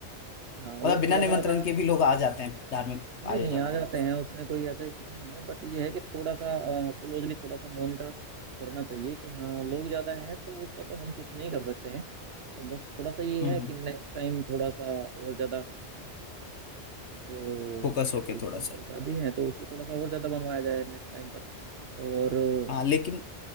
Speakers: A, on the right (about 60°); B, on the left (about 75°).
A: है हाँ वो
B: मतलब बिना
A: थोड़ा
B: निमंत्रण
A: सा ना
B: के भी लोग आ जाते हैं धार्मिक
A: नहीं
B: आयोजनों
A: नहीं आ
B: में
A: जाते हैं उसमें कोई ऐसा इशू नहीं है बट ये है कि थोड़ा सा क्लोजली थोड़ा सा मॉनिटर करना चाहिए कि हाँ लोग ज़्यादा हैं तो उसका तो हम कुछ नहीं कर सकते हैं और बस थोड़ा सा ये
B: हम्म
A: है
B: हम्म
A: कि नेक्स्ट टाइम थोड़ा सा और ज़्यादा जो
B: फोकस
A: क्या
B: होके
A: बोलते
B: थोड़ा
A: हैं प्रसादी
B: सा
A: है तो उसको थोड़ा सा और ज़्यादा बनवाया जाए नेक्स्ट टाइम पर और अ,
B: हाँ लेकिन